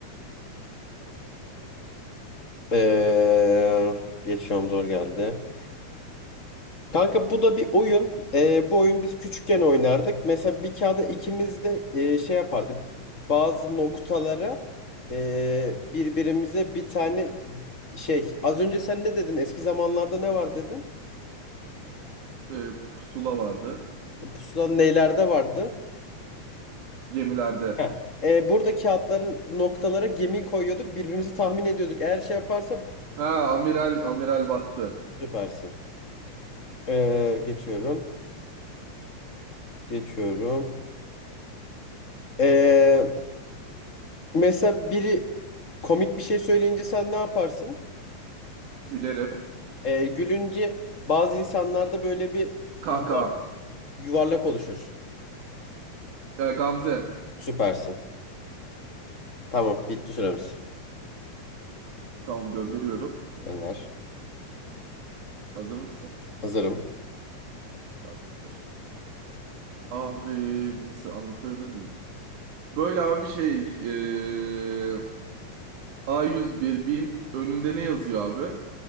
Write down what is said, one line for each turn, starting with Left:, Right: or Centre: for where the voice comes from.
Left: Ee, geçiyorum zor geldi. Kanka bu da bir oyun. Ee, bu oyun biz küçükken oynardık. Mesela bir kağıda ikimiz de e, şey yapardık. Bazı noktalara e, birbirimize bir tane şey. Az önce sen ne dedin? Eski zamanlarda ne var dedin?
Right: Ee, pusula vardı.
Left: Pusula nelerde vardı?
Right: Gemilerde.
Left: Heh. Ee, burada kağıtların noktalara gemi koyuyorduk. Birbirimizi tahmin ediyorduk. Eğer şey yaparsa
Right: Ha amiral amiral battı.
Left: süpersin. Ee, geçiyorum. Geçiyorum. Ee, mesela biri komik bir şey söyleyince sen ne yaparsın?
Right: Gülerim.
Left: Ee, gülünce bazı insanlarda böyle bir
Right: Kaka.
Left: yuva- yuvarlak oluşur.
Right: Ee, Gamze.
Left: Süpersin. Tamam, bitti süremiz.
Right: Tamam gönderiyorum.
Left: Önder.
Right: Hazır mısın?
Left: Hazırım.
Right: Tamamdır. Abi bunu sö- anlatabilir miyim? Böyle abi bir şey ee, A101 BİM önünde ne yazıyor abi?